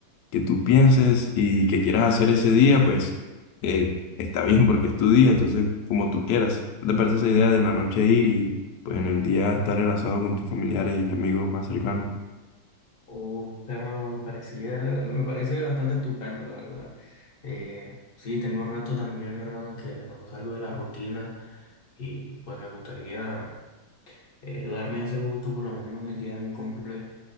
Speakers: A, on the left; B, on the left.
A: que tú pienses y que quieras hacer ese día, pues eh, está bien porque es tu día, entonces como tú quieras. ¿No te parece esa idea de en la noche ir y pues en el día estar el asado con tus familiares y amigos más cercanos?
B: Uf, hermano, me parecía, me parece bastante estupendo, la verdad. Eh, sí, tengo rato también, hermano, que no salgo de la rutina y pues me gustaría eh, darme ese gusto por lo menos el día de mi cumple